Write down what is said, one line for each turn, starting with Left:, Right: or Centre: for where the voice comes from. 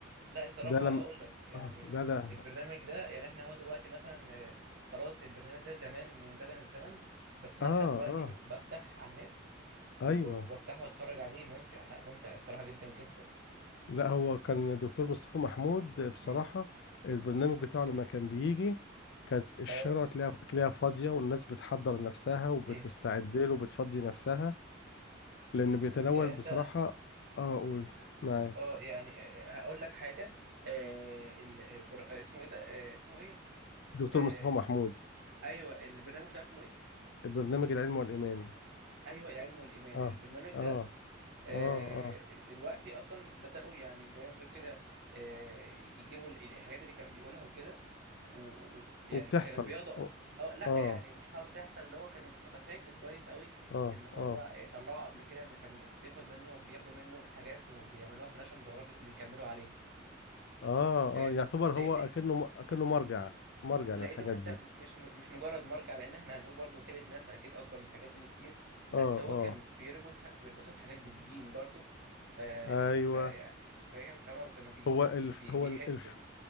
Right: لا الصراحه
Left: ده لم
Right: هقول لك يعني
Left: آه لا ده
Right: البرنامج ده يعني احنا هو دلوقتي مثلا آه، خلاص البرنامج ده زمان من زمن الزمن بس انا
Left: آه
Right: لحد دلوقتي
Left: آه
Right: ب- بفتح على النت وب-
Left: أيوة
Right: وبفتحه واتفرج عليه ممتع لا ممتع الصراحه جدا جدا
Left: لا هو كان دكتور مصطفى محمود بصراحة
Right: امم
Left: البرنامج بتاعه لما كان بيجي كانت الشارع
Right: اه
Left: تلاقيها تلاقيها فاضية والناس بتحضر نفسها وبتستعد
Right: امم
Left: له وبتفضي نفسها لأنه بيتناول
Right: يعني
Left: بصراحة
Right: انت
Left: آه أقول معاك
Right: اه يعني آه، آه، هقول لك حاجه آه ال... آه، بر... آه، اسمه ايه ده آه اسمه ايه
Left: دكتور
Right: آه
Left: مصطفى محمود
Right: ايوه البرنامج بتاعه اسمه ايه
Left: برنامج العلم والإيمان
Right: ايوه العلم والايمان
Left: اه
Right: البرنامج
Left: اه
Right: ده آه
Left: اه اه
Right: دلوقتي اصلا بداوا يعني زي ما تقول كده آه يجيبوا ال- الحاجات اللي كان بيقولها وكده ويعني
Left: وبتحصل
Right: كانوا بياخدوا
Left: اه
Right: اه لا
Left: اه
Right: يعني مش حاجه بتحصل اللي هو كانوا انا فاكر كويس قوي
Left: اه
Right: ان هو
Left: اه
Right: آه، طلعوا قبل كده ان كان بيت- بياخد منه بياخدوا منه حاجات وبيعملوها بناشونال جيوغرافيك وبيكملوا عليها
Left: اه
Right: فاهم
Left: يعتبر
Right: لان
Left: هو أكنه أكنه مرجع مرجع
Right: لقيته
Left: للحاجات
Right: حتى
Left: دي
Right: م- مش م- مش مجرد مرجع لان احنا هنقول برضو وكالة ناسا اكيد اكبر من الحاجات دي بكتير بس
Left: اه
Right: هو
Left: اه
Right: كان بيربطها بيربطها بحاجات بالدين برضو ف
Left: ايوه
Right: ف فاهم فهم كانوا بي...
Left: هو الف
Right: بي...
Left: هو
Right: بيحسوا
Left: ال- الف